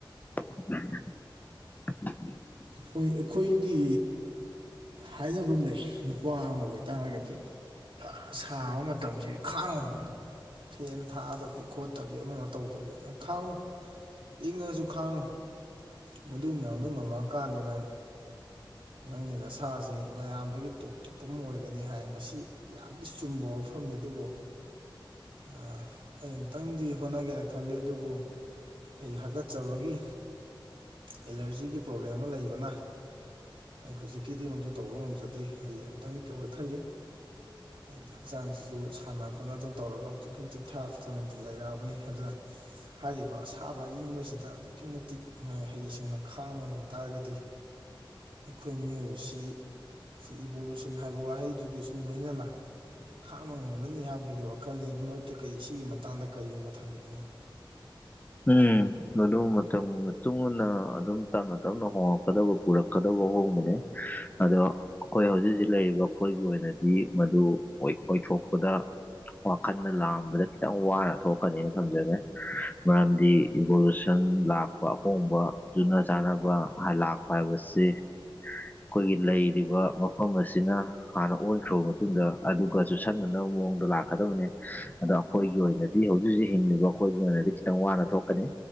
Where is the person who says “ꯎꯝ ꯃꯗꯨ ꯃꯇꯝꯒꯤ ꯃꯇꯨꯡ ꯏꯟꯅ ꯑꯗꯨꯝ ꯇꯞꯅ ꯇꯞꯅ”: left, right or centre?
Left